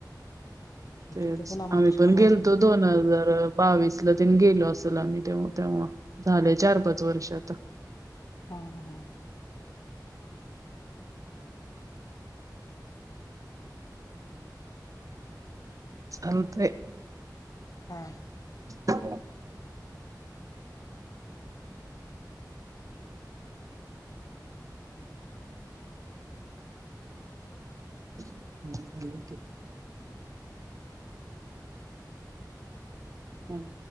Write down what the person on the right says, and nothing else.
तेचं
आम्हीं
पणं
गेलतो दोन हजारांत बावीस लां तीनं गेलो असेल आम्हीं तेंव्हा तेंव्हा झाले चार पांच वर्षा आतां.
चालतंय.
ह <unintelligible> हम्. <unintelligible> हम्मं